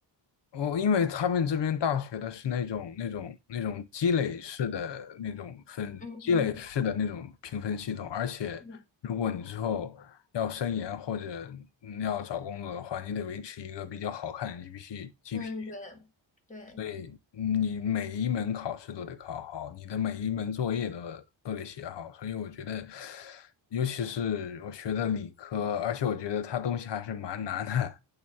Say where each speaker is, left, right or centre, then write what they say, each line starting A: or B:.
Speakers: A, on the left; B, on the left.
A: 哦，因为他们这边大学的是那种那种那种积累式的那种分积累式的那种评分系统，
B: <laughs> 嗯哼，
A: 而且如果你之后要升研或者嗯要找工作的话，
B: 嗯
A: 你得维持一个比较好看的 g p T g
B: 嗯，
A: p A，
B: 对对，
A: 所以你每一门考试都得考好，你的每一门作业都都得写好，所以我觉得，尤其是我学的理科，而且我觉得它东西还是蛮难的。